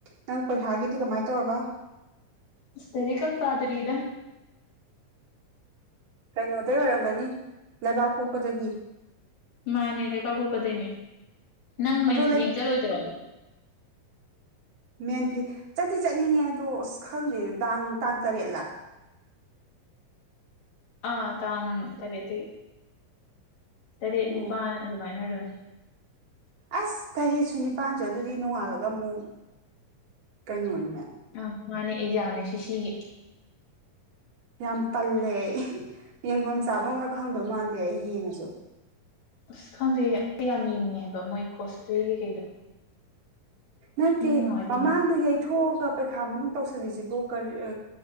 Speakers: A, on the right; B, on the left.
A: ꯅꯪ ꯄꯩꯈꯥꯒꯤꯗꯤ ꯀꯃꯥꯏꯅ ꯇꯧꯔꯕ
B: ꯑꯁ ꯂꯥꯏꯔꯤꯛꯀ ꯑꯝ ꯄꯥꯗ꯭ꯔꯤꯗ
A: ꯀꯩꯅꯣꯗꯩ ꯑꯣꯏꯔꯝꯒꯅꯤ ꯂꯩꯕꯥꯛꯄꯣꯛꯄꯗꯒꯤ
B: ꯃꯥꯅꯦ ꯂꯩꯕꯥꯛꯄꯣꯛꯄꯗꯩꯅꯦ ꯅꯪ ꯃꯦꯟ
A: ꯑꯗꯣ
B: ꯐꯤꯠ ꯌꯦꯡ ꯆꯠꯂꯣꯏꯗ꯭ꯔꯣ
A: ꯃꯦꯟ ꯐꯤꯠ ꯆꯠꯇꯤ ꯆꯠꯅꯤꯡꯉꯦ ꯑꯗꯣ ꯑꯁ ꯈꯪꯗꯦ ꯇꯥꯡ ꯇꯥꯡ ꯇꯔꯦꯠꯂꯥ
B: ꯑꯥ ꯇꯥꯡ ꯇꯔꯦꯠꯇꯒꯤ ꯇꯔꯦꯠ ꯅꯤꯄꯥꯟ
A: ꯑꯣ
B: ꯑꯗꯨꯃꯥꯏꯟ ꯑꯣꯏꯔꯝꯅꯤ
A: ꯑꯁ ꯇꯔꯦꯠꯁꯨ ꯅꯤꯄꯥꯟꯁꯨ ꯑꯗꯨꯗꯤ ꯅꯣꯡꯉꯥꯜꯂꯒ ꯑꯃꯨꯛ ꯀꯩꯅꯣꯅꯤꯅꯦ
B: ꯑꯥ ꯃꯥꯅꯦ ꯑꯦꯛꯖꯥꯝꯅꯦ ꯁꯤ ꯁꯤꯒꯤ
A: ꯌꯥꯝ ꯇꯜꯂꯦ ꯌꯦꯡꯚꯝ ꯆꯥꯚꯝꯒ ꯈꯪꯗꯧ ꯃꯥꯟꯗꯦ ꯑꯩ ꯌꯦꯡꯉꯁꯨ
B: ꯑꯁ ꯈꯪꯗꯦ ꯑꯩ ꯌꯥꯝ ꯌꯦꯡꯅꯤꯡꯉꯦ ꯍꯥꯏꯕ ꯃꯣꯏ ꯀꯣꯁꯄ꯭ꯂꯦꯒꯤ ꯀꯩꯀꯩꯗꯨ
A: ꯅꯠꯇꯦ
B: ꯅꯨꯡꯉꯥꯏꯗꯧ
A: ꯃꯃꯥꯡꯗ
B: ꯃꯥꯜꯂꯦ
A: ꯌꯩꯊꯣꯛꯑꯒ ꯄꯩꯈꯥ ꯃꯅꯨꯡ ꯇꯧꯁꯤꯜꯂꯤꯁꯤꯕꯨ ꯀꯔꯤ ꯑꯥ